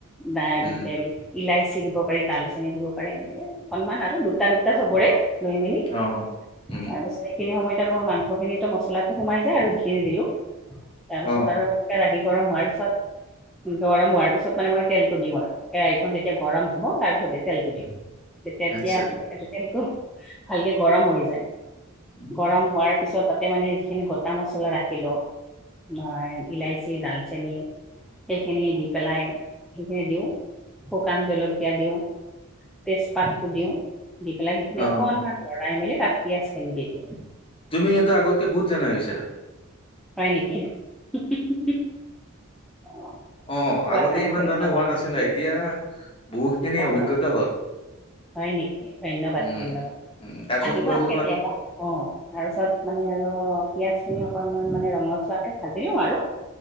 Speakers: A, in the centre; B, on the left (about 25°).
A: দাক
B: উম
A: দেৰি ইলাচি দিব পাৰি ডালচেনি দিব পাৰি এনেকে অকনমান আৰু দু দুটা দুটা চবৰে লৈ মেলি
B: অ উম
A: তাৰ পাছৰে সেইখিনি সময়ত তোমাৰ মাংসখিনিতো মছলাটো সোমাই যায় আৰু যিখিনি দিলোঁ, তাৰপিছত
B: অ
A: আৰু কেৰাহি গৰম হোৱাৰ পিছত গৰম হোৱাৰ পিছত মানে মই তেলটো দিওঁ আৰু কেৰাহিখন যেতিয়া গৰম হব তাৰ পিছতে তেলটো দিওঁ তেতিয়া
B: আচ্ছা
A: তেলটো ভালকে গৰম হৈ যায়
B: উম,
A: গৰম হোৱাৰ পিছত তাতে মানে যিখিনি গোটা মছলা ৰাখিলোঁ। নাই ইলাচি দালচেনী সেইখিনি দি পেলাই সেইখিনি দিওঁ শুকান জলকীয়া দিওঁ তেজপাতটো দিও দি পেলাই সেইখিনি
B: অ
A: অকণমান লৰাই মেলি তাত পিয়াজখিনি দি দিওঁ
B: তুমি কিন্তু আগতকে বহুত জনা হৈছে।
A: হয় নেকি হো হো হো অ
B: অ
A: কোৱা
B: আগতে
A: কাৰণে
B: ইমান
A: ধন্যবাদ
B: জানা হোৱা নাছিলে এতিয়া বহু খিনি
A: অ'
B: অভিজ্ঞতা হ'ল।
A: হয় নেকি ধন্যবাদ
B: উম
A: ধন্যবাদ
B: উম তাৰপিছত
A: আহিবা
B: কোৱাচোন
A: কেতিয়াবা
B: আৰু
A: অ তাৰপিছত মানে আৰু পিয়াজখিনি অকণমান মানে ৰঙচুৱাকে ভাজি লওঁ আৰু